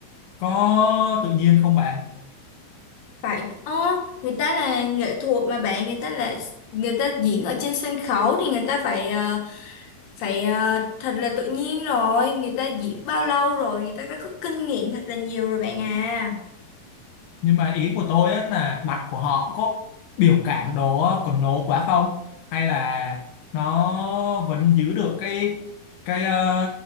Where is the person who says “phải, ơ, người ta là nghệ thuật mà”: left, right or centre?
Left